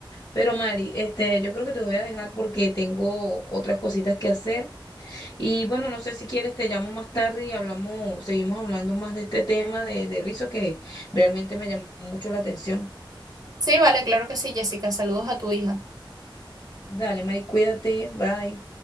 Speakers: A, on the left (about 45°); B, on the right (about 45°).
A: Pero Mari, este, yo creo que te voy a dejar porque tengo otras cositas que hacer. Y bueno, no sé si quieres, te llamo más tarde y hablamos, seguimos hablando más de este tema de, de rizos que realmente me llamó mucho la atención.
B: sí, vale, claro que sí, Jessica. Saludos a tu hija.
A: Dale, Mari, cuídate, bye.